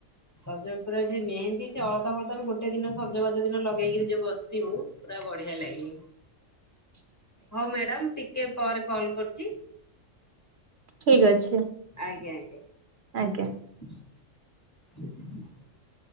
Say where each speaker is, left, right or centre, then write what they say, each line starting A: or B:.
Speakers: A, on the left; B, on the right.
A: ସଜ ଉପରେ ଅଛି ମେହେନ୍ଦୀ ସେ ଅଳତା ଫଳତାକୁ ଗୋଟେ ଦିନ ସଜ ବାଜ ଦିନ ଲଗେଇକିରି ଯୋଉ ବସିଥିବୁ, ପୁରା ବଢିଆ ଲାଗେ।
B: <unintelligible>
A: ହଁ ମ୍ୟାଡାମ୍, ଟିକେ ପରେ କଲ୍ କରୁଚି।
B: ଠିକ୍ ଅଛି।
A: ଆଜ୍ଞା ଆଜ୍ଞା।
B: ଆଜ୍ଞା।
A: <unintelligible>